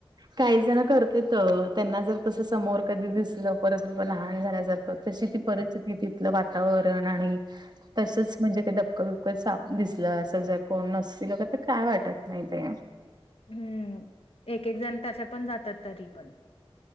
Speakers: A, on the right; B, on the left.
A: काही जण करते.. त त्यांना जर तस समोर कधी दिसलं परत लहान झाल्या जारख तशी ती परत की तिथलं वातावरण आणि तसंच म्हणजे ते डपक बिपकत सा दिसलं असं जर कोण नसतील का तर काय वाटत नाही ते
B: हम्म.. एक एक जण तस पण जातात तरी पण